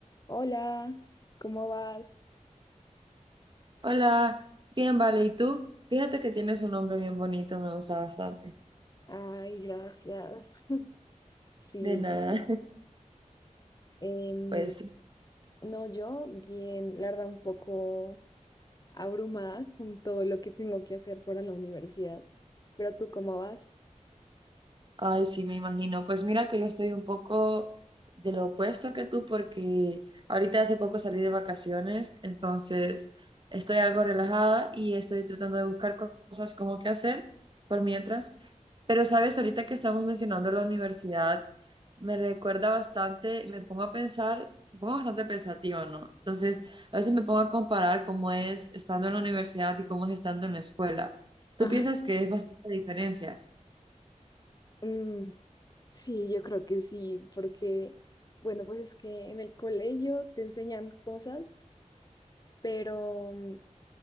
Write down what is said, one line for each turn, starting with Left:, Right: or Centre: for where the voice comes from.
Left: Hola, ¿cómo vas?
Right: Hola, bien, vale, ¿y tú? Fíjate que tienes un nombre bien bonito, me gusta bastante.
Left: Ay, gracias. <laughs> Sí,
Right: De nada,
Left: em,
Right: <laughs> pues,
Left: no, yo bien, la verdad, un poco abrumada con todo lo que tengo que hacer para la universidad. Pero tú, ¿cómo vas?
Right: ay, sí, me imagino. Pues mira que yo estoy un poco de lo opuesto que tú porque ahorita hace poco salí de vacaciones, entonces estoy algo relajada y estoy tratando de buscar co- cosas como qué hacer por mientras. Pero sabes, ahorita que estamos mencionando la universidad, me recuerda bastante, me pongo a pensar, me pongo bastante pensativa, ¿no? Entonces, a veces me pongo a comparar cómo es estando en la universidad y cómo es estando en la escuela. ¿Tú
Left: Ajá.
Right: piensas que es bastante diferencia?
Left: Mm, sí, yo creo que sí, porque, bueno, pues es que en el colegio te enseñan cosas, pero mm,